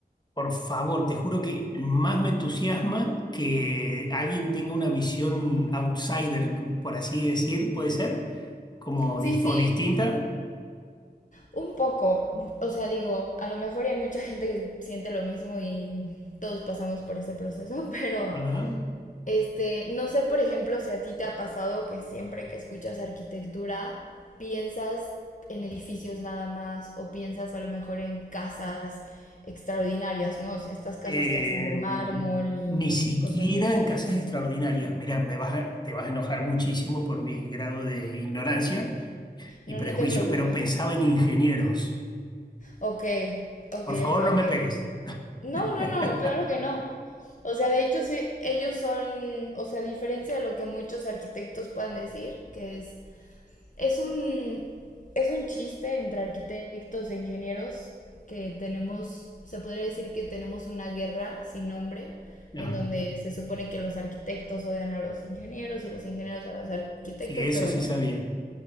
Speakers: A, on the left; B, on the left.
A: Por favor, te juro que más me entusiasma que alguien tenga una visión outsider, por así decir, puede ser, como
B: Sí,
A: dis-
B: sí.
A: o distinta.
B: Un poco, o sea, digo, a lo mejor hay mucha gente que siente lo mismo y todos pasamos por ese proceso, <laughs> pero
A: Ajá.
B: Este, no sé, por ejemplo, si a ti te ha pasado que siempre que escuchas arquitectura piensas en edificios nada más o piensas a lo mejor en casas extraordinarias, ¿no? O sea, estas casas
A: Eh,
B: que hacen de mármol y
A: ni siquiera
B: cosas así.
A: en casas extraordinarias. Mirá, me vas a- te vas a enojar muchísimo por mi grado de ignorancia y
B: No,
A: prejuicio,
B: no te preocupes.
A: pero pensaba en ingenieros.
B: Ok, ok,
A: Por favor,
B: ok,
A: no me
B: ok.
A: pegues.
B: No,
A: <laughs>
B: no, no, claro que no. O sea, de hecho, sí, ellos son, o sea, a diferencia de lo que muchos arquitectos puedan decir, que es Es un, es un chiste entre arquitectos e ingenieros que tenemos, se podría decir que tenemos una guerra sin nombre,
A: Ajá.
B: en donde se supone que los arquitectos odian a los ingenieros y los ingenieros a los arquitectos,
A: Sí, eso
B: pero,
A: sí sabía.